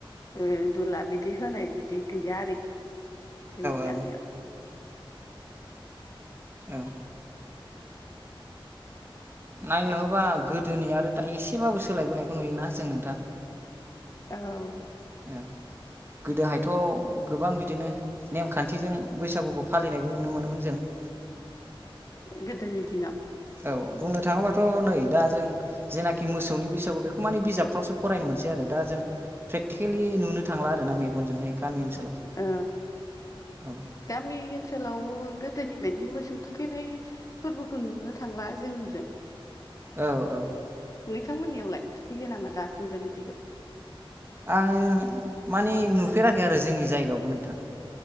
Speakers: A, on the left (about 40°); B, on the right (about 25°).
A: ओ दुला बिदि होनाय बिदि गैया आरोखि जोंनि
B: औ
A: गामियाव
B: औ नायनो थाङोबा गोदोनि आरो दानि एसेबाबो सोलायबोनायखौ नुयोना जों नोंथां
A: औ
B: औ गोदोहायथ' गोबां बिदिनो नेमखान्थिजों बैसागुखौ फालिनायबो नुनो मोनोमोन जों। <inaudible>
A: गोदोनि दिनाव।
B: औ बुंनो थाङोबाथ' नै दा जों जेनाखि मोसौनि बैसागु बेखौ माने बिजाबफ्रावसो फरायनो मोनसै आरो। दा जों प्रेकटिकेलि नुनो थांला आरो ना मेगनजोंहाय। गामि ओनसोलाव
A: ओ
B: औ
A: गामि ओनसोलाव गोदोनि बायदि मोसौ थुखैनाय फोरबोखौ नुनो थांला जोंनिजों।
B: औ औ।
A: नोंथांमोननियावलाय थुखैयो नामा दासिमबो बिदिखौ?
B: आङ माने नुफेराखै आरो जोंनि जायगायावबो नोंथां।